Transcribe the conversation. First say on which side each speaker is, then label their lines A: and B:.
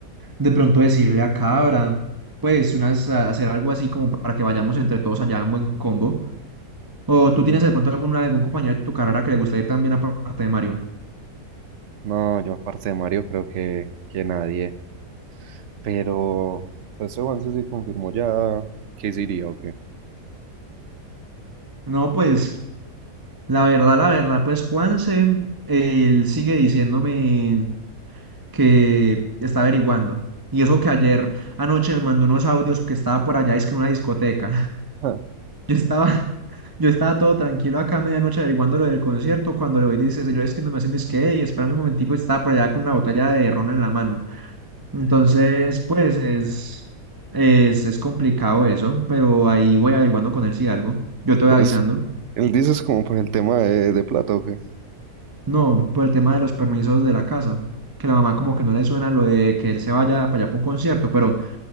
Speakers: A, on the right (about 15°); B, on the right (about 55°).
A: de pronto decirle a Cabra, pues unas, a- hacer algo así como para que vayamos entre todos allá en buen combo. O
B: Y
A: tú tienes de pronto alguna, algún compañero de tu carrera que le gusta ir también aparte de Mario.
B: no, yo aparte de Mario creo que, que nadie. Pero, pues ese Juanse sí confirmó ya que sí iría, ¿o qué?
A: No, pues la verdad, la verdad, pues Juanse, él sigue diciéndome que está averiguando. Y eso que ayer anoche me mandó unos audios que estaba por allá, es que en una discoteca. <laughs>
B: <laughs> Ah.
A: Yo estaba, yo estaba todo tranquilo acá a medianoche averiguando lo del concierto, cuando lo dices, y lo es que no me hacen es que, y espérame un momentico, y estaba por allá con una botella de ron en la mano. Entonces, pues es, es, es complicado eso, pero ahí voy averiguando con él si algo. Yo te
B: Pero
A: voy avisando.
B: es, él dice es como por el tema de, de plata, ¿o qué?
A: No, por el tema de los permisos de la casa, que la mamá como que no le suena lo de que él se vaya para allá para un concierto, pero...